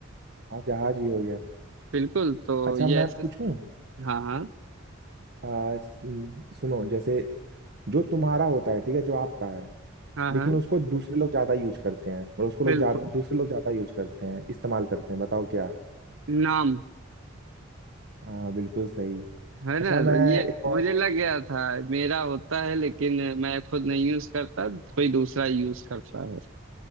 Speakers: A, on the right; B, on the right.
A: हाँ जहाज भी हो गया
B: बिल्कुल तो
A: अच्छा
B: ये
A: मैं
B: ऐसे
A: पूछूं
B: हाँ हाँ
A: आ, सुन- सुनो जैसे जो तुम्हारा होता है ठीक है जो आपका है
B: हाँ
A: लेकिन
B: हाँ
A: उसको दूसरे लोग ज्यादा यूज करते हैं और उसको लोग
B: बिल्कुल
A: जा, दूसरे लोग ज्यादा यूज करते हैं इस्तेमाल करते हैं बताओ क्या
B: नाम
A: हाँ बिल्कुल सही
B: है ना
A: अच्छा मैं
B: तो ये
A: एक और
B: मुझे लग गया था मेरा होता है लेकिन मैं खुद नहीं यूज करता कोई दूसरा यूज करता है